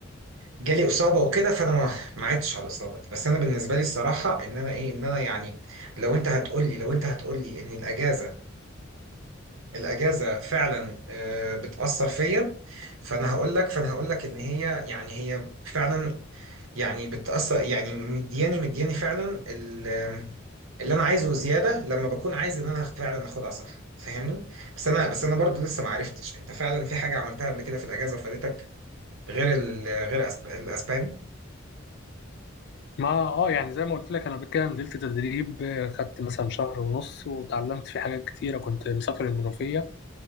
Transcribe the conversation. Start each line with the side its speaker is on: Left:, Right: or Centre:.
Right: جالي اصابه وكده فانا ما ما عدتش على الاصابه دي بس انا بالنسبه لي الصراحه ان انا ايه ان انا يعني لو انت هتقول لي لو انت هتقول لي ان الاجازه الاجازه فعلا آه، بتاثر فيا فانا هقول لك فانا هقول لك ان هي يعني هي فعلا يعني بتأثر يعني مدياني مدياني فعلا ال- اللي انا عايزه زياده لما بكون عايز ان انا فعلا اخدها صح فاهمني بس انا بس انا برضو لسه ما عرفتش انت فعلا في حاجه عملتها قبل كده في الاجازه وفادتك غير ال... غير أسب... الاسباني
Left: ما اه يعني زي ما قلت لك انا قبل كده نزلت تدريب آه، خدت مثلا شهر ونص وتعلمت فيه حاجات كتيره كنت مسافر المنوفيه